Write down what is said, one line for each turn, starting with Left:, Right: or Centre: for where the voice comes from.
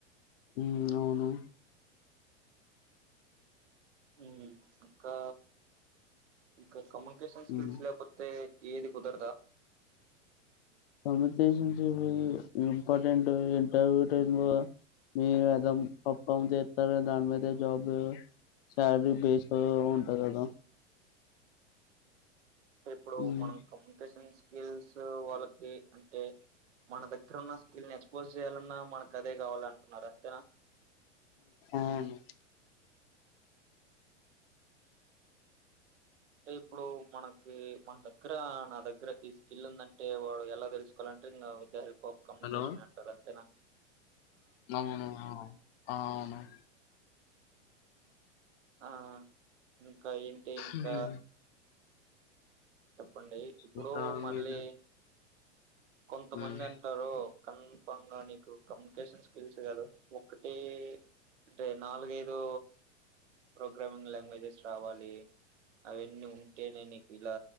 Left: ఉమ్ అవును
Right: ఉమ్ ఇంకా కమ కమ్యూనికేషన్ స్కిల్స్
Left: ఉమ్
Right: లేకపోతే ఏది కుదరదా
Left: communication skills important interview time లో మీరు ఎలా పార్ ఫామ్ చేస్తారు దాని మీద జాబ్ శాలరీ బేస్డ్ ఉంటుంది కదా
Right: ఇప్పుడు
Left: ఉమ్,
Right: మనం కమ్యూనికేషన్ స్కిల్స్ వాళ్ళకి అంటే మన దగ్గర ఉన్న స్కిల్ ఎక్స్పోజ్ చేయాలన్నా మనకు అదే కావాలిఅంటున్నారు అంతేనా
Left: ఆమ్
Right: అంటే ఇప్పుడు మనకి మన దగ్గర నా దగ్గర ఈ స్కిల్ ఉందంటే వాడు ఎలా తెలుసుకోవాలంటే ఇంకా విత్ దా హెల్ప్ ఒక్ కమ్యూనికేషన్
Left: హలో
Right: అంటారు అంతే
Left: అవును అ అవును
Right: ఆ ఇంకా ఏంటి ఇంకా
Left: ఉమ్,
Right: పండి. ఇప్పుడు
Left: ఇంకా
Right: మళ్ళీ
Left: మీరు
Right: కొంతమంది
Left: ఉమ్,
Right: అంటారు. కన్ఫాంగా నీకు కమ్యూనికేషన్ స్కిల్స్ కాదు. ఒకటీ అంటే నాలుగైదు ప్రోగ్రామింగ్ లాంగ్వేజెస్ రావాలి. అవన్నీ ఉం టేనే నిక్ ఇలా